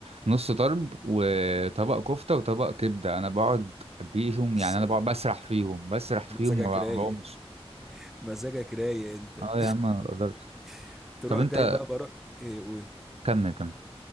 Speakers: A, on the right; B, in the centre.
A: نص طرب وطبق كفته وطبق كبده انا بقعد بيهم
B: بس
A: يعني انا بقعد بسرح فيهم بسرح فيهم
B: مزاجك
A: ما
B: رايق
A: بقومش
B: مزاجك رايق انت
A: اه يا عم ما بقدرش
B: <laughs> تروح
A: طب انت
B: جاي بقى بروح ايه قول
A: كمل كمل